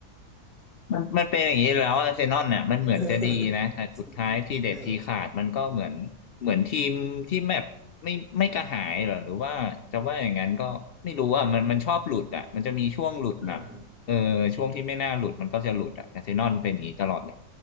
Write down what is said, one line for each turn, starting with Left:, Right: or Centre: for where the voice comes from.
Left: มันมันเป็นอย่างนี้แล้วอาร์เซนอลเนี่ยมันเหมือนจะดีนะแต่สุดท้ายที่เด็ดทีขาดมันก็เหมือนเหมือนทีมที่แมปไม่ไม่กระหายเหรอหรือว่าจะว่าอย่างนั้นก็ไม่รู้อ่ะมันมันชอบหลุดอ่ะมันจะมีช่วงหลุดแบบเออช่วงที่ไม่น่าหลุดมันก็จะหลุดอ่ะอาร์เซนอลเป็นอย่างนี้ตลอดเลย
Centre: <laughs> ใช่อืม